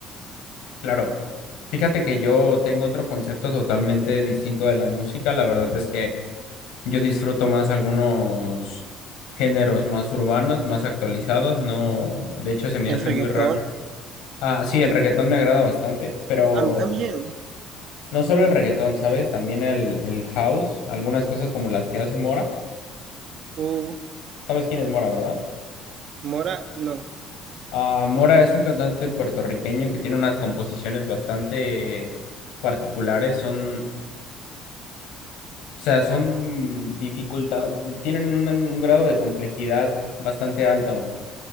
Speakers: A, on the left; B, on the right.
A: Claro. Fíjate que yo tengo otro concepto totalmente distinto de la música. La verdad es que Yo disfruto más algunos géneros más urbanos, más actualizados. No, de hecho se me
B: El
A: hace
B: reggaetón,
A: muy raro. Ah, sí, el reggaetón me agrada bastante, pero
B: a mí también,
A: no solo el reggaetón, ¿sabes? También el, el house, algunas cosas como las que hace Mora.
B: uh,
A: ¿Sabes quién es Mora, verdad?
B: Mora, no,
A: Ah, Mora es un cantante puertorriqueño que tiene unas composiciones bastante particulares. Son, o sea, son dificultad, tienen un un grado de complejidad bastante alto.